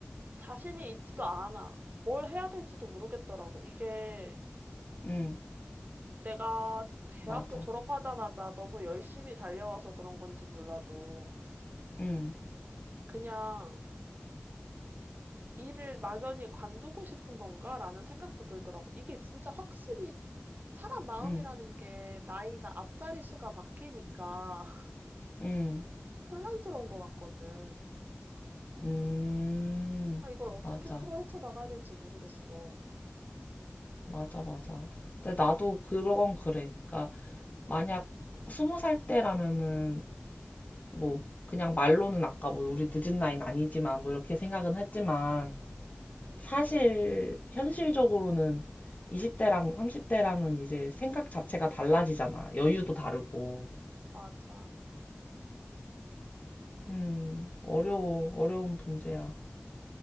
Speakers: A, on the right; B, on the left.
A: 자신이 있지도 않아. 뭘 해야 될지도 모르겠더라고. 이게
B: 음,
A: 내가 대학교
B: 맞아.
A: 졸업하자마자 너무 열심히 달려와서 그런 건지 몰라도
B: 음,
A: 그냥 '일을 막연히 관두고 싶은 건가?'라는 생각도 들더라고요. 이게 진짜 확실히 사람 마음이라는
B: 음,
A: 게 나이가 앞자리 수가 바뀌니까
B: 음,
A: <laughs> 혼란스러운 것 같거든.
B: 음,
A: 아 이걸 어떻게
B: 맞아.
A: 풀어 헤쳐나가야 될지 모르겠어.
B: 맞아, 맞아. 근데 나도 그건 그래. 그러니까 만약 스무 살 때라면은 뭐 그냥 말로는 아까 뭐 우리 늦은 나이는 아니지만 뭐 이렇게 생각은 했지만
A: 음
B: 사실 현실적으로는 20대랑 30대랑은 이제 생각 자체가 달라지잖아. 여유도 다르고.
A: 맞아.
B: 음, 어려워. 어려운 문제야.